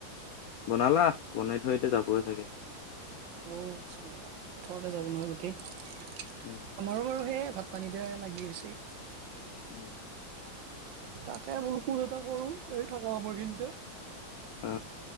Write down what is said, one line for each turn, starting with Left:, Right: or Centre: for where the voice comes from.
Left: বনালা, বনাই থৈ এতিয়া যাবই চাগে।
Right: অ আচ্ছা, পথাৰতে যাব নহয় গোটেই। আমাৰো
Left: উম
Right: বাৰু সেয়ে ভাত পানীতে লাগি আছে।
Left: উম!
Right: তাকে বোলো ফোন এটা কৰো, এনে থাকা সময়খিনিতে।
Left: অ